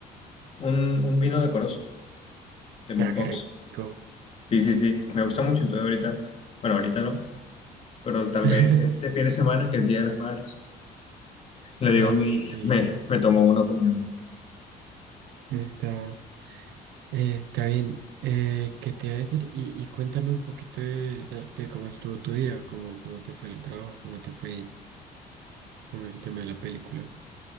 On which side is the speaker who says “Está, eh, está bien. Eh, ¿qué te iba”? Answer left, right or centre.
Right